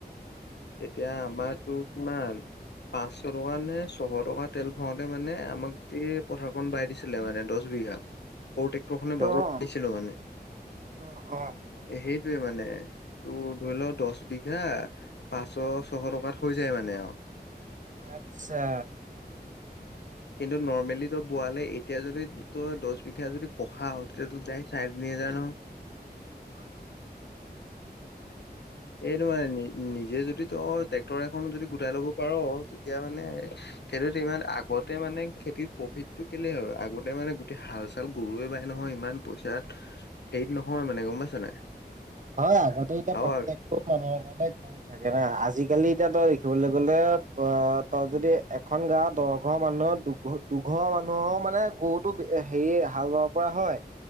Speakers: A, on the left; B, on the right.
A: এতিয়া আমাৰো তো কিমান। পাঁচশ টকা নে ছশ টকা তেল ভৰাওঁতে মানে আমাক যে পথাৰখন বাই দিছিলে মানে দহ। দুহ। সৰু ট্ৰেক্টৰ খনে বাব
B: অ',
A: পাৰিছিলো মানে
B: অ', অ',
A: সেইটোৱে মানে। ত ধৰি লও দহ বিঘা পাঁচশ ছশ টকাত হৈ যায় মানে অ।
B: আত্ছা।
A: কিন্তু নৰ্মেলি তোৰ বোৱালে এতিয়া যদি ত দহ বিঘা যদি কঢ়াও তেতিয়া দাইৰেক্ট চাৰি তিনি। কি জানো।
B: হটো।
A: এইটো মানে নি নিজে যদি। ত ট্ৰেক্টৰ এখনো যদি গোটাই লব পাৰ তেতিয়া মানে সেইটো ইমান আগতে মানে। খেতিত প্ৰফিত টো কেলে হয় আগতে মানে গোটেই হাল চাল গৰুৱে বাই নহয় ইমান পইচাত হে। নহয় মানে গম পাইছ নাই।
B: হয় আগতেই
A: আৰু
B: প্ৰত্যেক।
A: আগ-
B: মানুহৰ ঘৰতে থাকে ন আজিকালি এতিয়া তই দেখিবলৈ গ'লে অ তই যদি এ। এখন গাঁৱত দহঘৰ মানুহৰ দুঘ দুঘৰ মানুহৰ মানে গৰুটো হেৰি হাল বাব পৰা হয়।